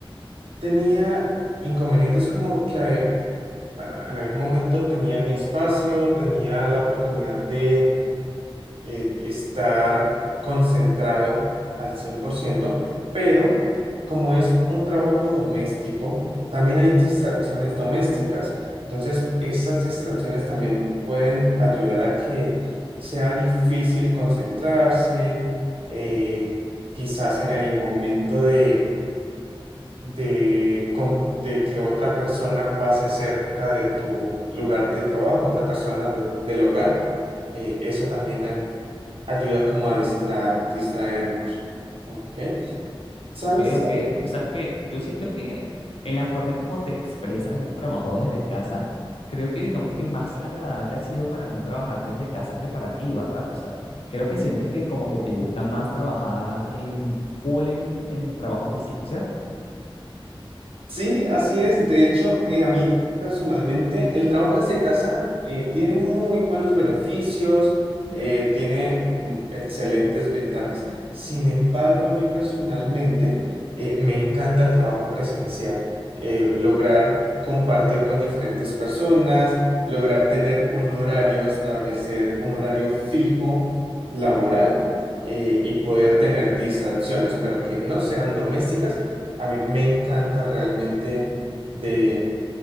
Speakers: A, on the right; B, on the left.
A: tenía inconvenientes como que, eh, bueno, en algún momento tenía mi espacio, tenía la oportunidad de eh, estar concentrado al cien por ciento pero como es un trabajo doméstico, también hay distracciones domésticas. Entonces, esas distracciones también pueden ayudar a que sea difícil concentrarse, eh, quizás en el momento de de, com- de que otra persona pase cerca de tu lugar de trabajo, otra persona de- del hogar, eh, eso también ay- ayuda como a distra- distraernos. ¿Ok? ¿Sabes?
B: Ok, ok. O sea que yo siento que en la forma en cómo te expresas del trabajo desde casa, creo que digamos que más agradable ha sido para mí trabajar desde casa que para ti, ¿verdad? O sea, creo que sientes que como que te gusta más trabajar en full en, en trabajo físico, ¿cierto?
A: Sí, así es. De hecho, eh, a mí personalmente el trabajo desde casa eh, tiene muy buenos beneficios, eh, tiene mm, excelentes ventajas. Sin embargo, a mí personalmente eh, me encanta el trabajo presencial, Eh, lograr compartir con diferentes personas, lograr tener un horario, establecer un horario fijo laboral eh, y poder tener distracciones, pero que no sean domésticas a mí me encanta realmente de,